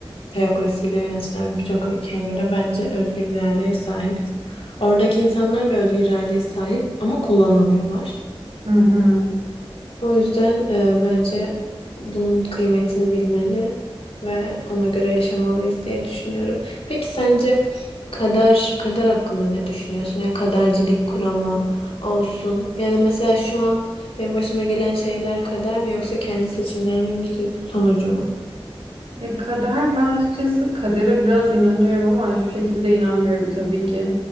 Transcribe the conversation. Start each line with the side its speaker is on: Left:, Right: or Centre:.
Left: teokrasiyle yönetilen birçok ülkeye göre bence özgür iradeye sahibiz. Oradaki insanlar da özgür iradeye sahip ama kullanamıyorlar.
Right: hı hı.
Left: O yüzden e, bence bunun kıymetini bilmeli ve ona göre yaşamalıyız diye düşünüyorum. Peki sence kader kader hakkında ne düşünüyorsun? Ya kadercilik kuramı olsun. Yani mesela şu an benim başıma gelen şeyler kader mi yoksa kendi seçimlerimin bir sü- sonucu mu?
Right: Ya kader ben açıkçası kadere biraz inanıyorum ama şu şekilde inanmıyorum tabii ki.